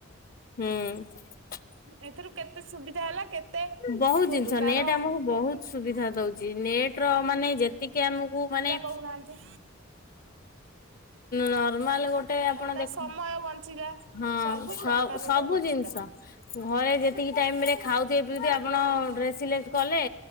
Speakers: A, on the left; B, on the right.
A: ହୁଁ।
B: ଏଥିରୁ କେତେ ସୁବିଧା ହେଲା କେତେ
A: ବହୁତ
B: କୁହନ୍ତୁ
A: ଜିନିଷ
B: ତାର
A: ନେଟ୍ ଆମକୁ ବହୁତ ସୁବିଧା ଦଉଚି ନେଟ ର ମାନେ ଯେତିକି ଆମକୁ ମାନେ
B: କୋହୁନାହାନ୍ତି।
A: ନର୍ମାଲ ଗୋଟେ ଆପଣ
B: ତା
A: ଦେଖ
B: ସମୟ ବଞ୍ଚିଲା
A: ହଁ
B: ସବୁ
A: ସ
B: ପ୍ରକାରର
A: ସବୁ
B: ବଞ୍ଚିଲା।
A: ଜିନିଷ। ଘରେ ଯେତିକି ଟାଇମ ରେ ଖାଉଥିବେ ପିଉଥିବେ ଆପଣ ଡ୍ରେସ ସିଲେକ୍ଟ କଲେ